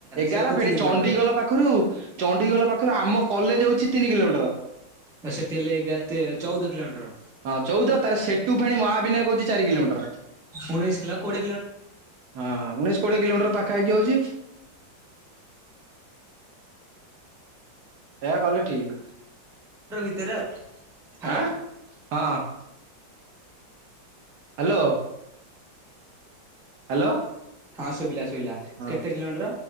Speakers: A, on the right; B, in the centre.
A: ଏଗାର
B: ସେଠୁ
A: ଫେଣି
B: ତିନି କିଲୋମିଟର।
A: ଚଣ୍ଡିଖୋଲ ପା ପାଖରୁ ଚଣ୍ଡିଖୋଲ ପାଖରୁ ଆମ କଲେଜ ହଉଛି ତିନି କିଲୋମିଟର
B: ସେଠି ହେଲେ ଏଗାର ତିନ ଚଉଦ କିଲୋମିଟର।
A: ହଁ ଚଉଦ ତାର ସେଠୁ ଫେଣି ମାହାବିନାୟକ ହୋଉଛି ଚାରି କିଲୋମିଟର।
B: ଉଣେଇଶ କିଲୋ କୋଡିଏ କିଲୋମିଟର
A: ହଁ ଉଣେଇଶ କୋଡିଏ କିଲୋମିଟର ପାଖାପାଖି ହୋଉଛି। ଏ କଲେ ଠିକ।
B: ମନ୍ଦିର ଭିତରେ ଆଉ ହ୍ୟାଲୋ।
A: ଆଁ ହଁ। ହ୍ୟାଲୋ। ହ୍ୟାଲୋ।
B: ହଁ ଶୁଭିଲା ଶୁଭିଲା।
A: ହଁ
B: କେତେ କିଲୋମିଟର